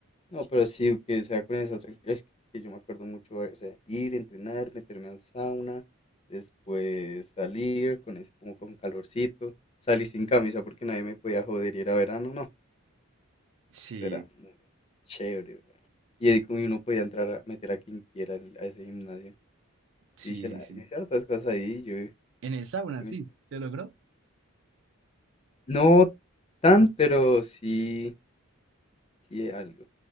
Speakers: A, on the left (about 25°); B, on the right (about 60°).
A: No, pero sí, que sea con esa tranquilidad, es que yo me acuerdo mucho, o sea, ir, entrenar, meterme al sauna, después salir con ese, como con calorcito, salir sin camisa porque nadie me podía joder y era verano, no,
B: Sí.
A: eso era muy chévere, weón. Y ahí como uno podía entrar a meter a quien quiera al- a ese gimnasio.
B: Sí,
A: Yo hice,
B: sí,
A: la,
B: sí.
A: yo hice hartas cosas ahí, yo,
B: En el sauna,
A: yo
B: sí.
A: me-
B: ¿Se logró?
A: no tan, pero sí, sí algo.